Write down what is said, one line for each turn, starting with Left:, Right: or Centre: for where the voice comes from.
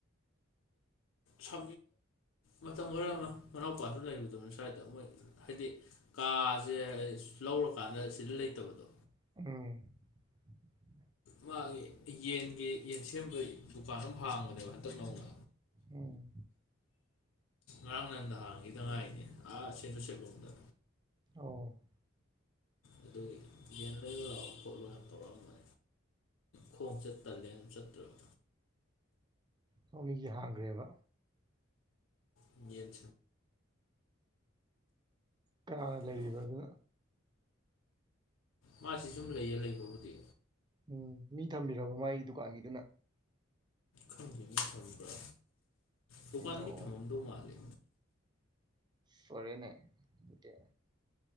Left: ꯁ ꯃꯇꯝ ꯈꯔ ꯑꯃ ꯃꯅꯥꯎꯄꯥꯁꯨ ꯂꯩꯔꯨꯗꯕꯅꯤ ꯁ꯭ꯋꯥꯏꯗ ꯃꯣꯏ ꯍꯥꯏꯗꯤ ꯀꯥꯁꯦ ꯂꯧꯔꯀꯥꯟꯗ ꯁꯤꯗ ꯂꯩꯇꯕꯗꯣ
Right: ꯑꯦ
Left: ꯃꯥꯒꯤ ꯌꯦꯟꯒꯤ ꯌꯦꯟ ꯁꯦꯝꯕꯒꯤ ꯗꯨꯀꯥꯟ ꯑꯃ ꯍꯥꯡꯕꯅꯦꯕ ꯍꯟꯇꯛ ꯅꯧꯅ
Right: ꯎꯝ
Left: ꯔꯥꯡ ꯅꯟꯗ ꯍꯥꯡꯉꯤꯗ ꯉꯥꯏꯅꯦ ꯑꯥ ꯁꯦꯟꯖꯨ ꯁꯦꯕꯨꯝꯗ
Right: ꯑꯣ
Left: ꯑꯗꯨ ꯌꯦꯅꯣꯠ ꯑ ꯑꯩꯅ ꯈꯣꯡ ꯆꯠꯇꯒꯦ ꯑꯗꯨ ꯆꯠꯇ꯭ꯔꯕ
Right: ꯃ ꯃꯤꯡꯁꯦ ꯍꯥꯡꯈ꯭ꯔꯦꯕ
Left: ꯎꯝ ꯌꯦꯕ
Right: ꯀꯅꯥ
Left: ꯀꯩꯅꯣ
Right: ꯂꯩꯔꯤꯕ ꯑꯗꯨ
Left: ꯃꯥꯁꯤ ꯁꯨꯝ ꯂꯩꯌꯦ ꯂꯩꯕꯕꯨꯗꯤ
Right: ꯎꯝ ꯃꯤ ꯊꯝꯕꯤꯔꯕ ꯃꯥꯒꯤ ꯗꯨꯀꯥꯟꯒꯤꯗꯨꯅ
Left: ꯈꯪ ꯊꯝꯕ꯭ꯔꯥ ꯗꯨꯀꯥꯟ
Right: ꯎꯝ ꯑꯣ
Left: ꯃꯤ ꯊꯝꯃꯝꯗꯧ ꯃꯥꯜꯂꯦ
Right: ꯐꯔꯦꯅꯦꯗꯤ